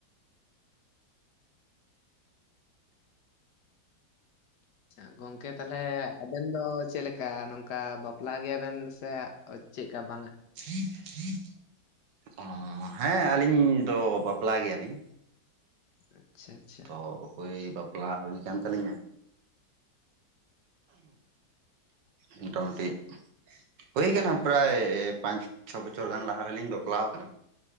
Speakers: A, on the left; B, on the right.
A: ᱟᱪᱪᱷᱟ, ᱜᱚᱝᱠᱮ ᱛᱟᱞᱦᱮ ᱟᱵᱮᱱ ᱫᱚ ᱪᱮᱫ ᱞᱮᱠᱟ ᱱᱚᱝᱠᱟ ᱵᱟᱯᱞᱟ ᱜᱮᱭᱟᱵᱮᱱ ᱥᱮ ᱚ ᱪᱮᱫᱠᱟ ᱵᱟᱝᱟ?
B: <inaudible> ᱚ ᱦᱮᱸ, ᱟᱹᱞᱤᱧ ᱫᱚ ᱵᱟᱯᱞᱟ ᱜᱮᱭᱟᱞᱤᱧ᱾
A: ᱟᱪᱪᱷᱟ ᱟᱪᱪᱷᱟ᱾
B: ᱛᱚ ᱦᱳᱭ ᱵᱟᱯᱞᱟ ᱦᱳᱭ ᱟᱠᱟᱱ ᱛᱟᱹᱞᱤᱧᱟ᱾ ᱢᱚᱴᱟᱢᱩᱴᱤ ᱦᱳᱭ ᱟᱠᱟᱱᱟ ᱯᱨᱟᱭ ᱯᱟᱸᱪ ᱪᱷᱚ ᱵᱚᱪᱷᱚᱨ ᱜᱟᱱ ᱞᱟᱦᱟ ᱨᱮᱞᱤᱧ ᱵᱟᱯᱞᱟᱣ ᱟᱠᱟᱱᱟ᱾